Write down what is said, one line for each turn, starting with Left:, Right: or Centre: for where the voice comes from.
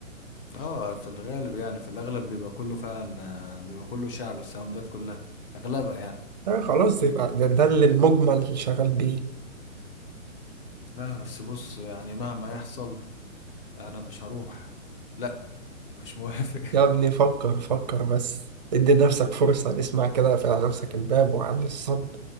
Left: اه في الغالب يعني في الاغلب بيبقى كله فعلا آه، بيبقى كله شعب الساوندات كلها اغلبها يعني
Right: آه خلاص يبقى ده, ده اللي المجمل اللي شغال بيه
Left: لا بس بص يعني مهما يحصل انا مش هروح لا مش موافق <laughs>
Right: يا ابني فكر فكر بس ادي نفسك فرصة اسمع كده اقفل على نفسك الباب وعلي الصب